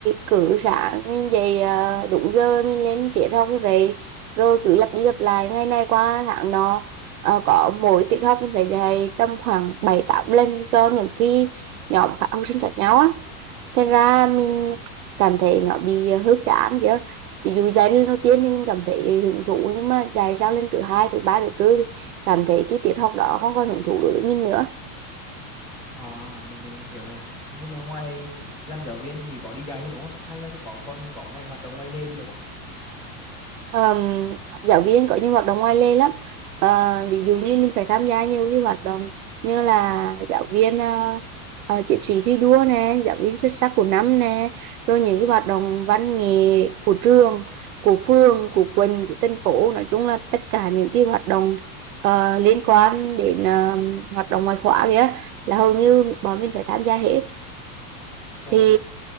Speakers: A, on the right (about 70°); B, in the centre.
A: cứ sáng mình dậy ờ, đúng giờ mình lên tiết học như vậy rồi cứ lặp đi lặp lại ngày này qua tháng nọ Ờ, có mỗi tiết học mình phải dạy tầm khoảng bảy tám lần cho những cái nhóm các học sinh khác nhau á Thật ra mình cảm thấy nó bị ờ, hơi chán kìa. Ví dụ giai đoạn đầu tiên thì mình cảm thấy hứng thú nhưng mà dài sau lên thứ hai, thứ ba, thứ tư thì cảm thấy cái tiết học đó không còn hứng thú đối với mình nữa.
B: À, mình mình hiểu rồi. Nhưng mà ngoài làm giáo viên thì chỉ có đi dạy thôi đúng không? Hay là có còn có cái hoạt động ngoài lề gì được?
A: Ờm, giáo viên có nhiều hoạt động ngoài lề lắm Ờ, ví dụ như mình phải tham gia nhiều cái hoạt động như là giáo viên ờ, ờ, chiến sĩ thi đua nè giáo viên xuất sắc của năm nè rồi những cái hoạt động văn nghệ của trường của phường của quận của thành phố nói chung là tất cả những cái hoạt động ờ, liên quan đến ờ, hoạt động ngoại khóa kìa là hầu như bọn mình phải tham gia hết
B: Ồ,
A: thì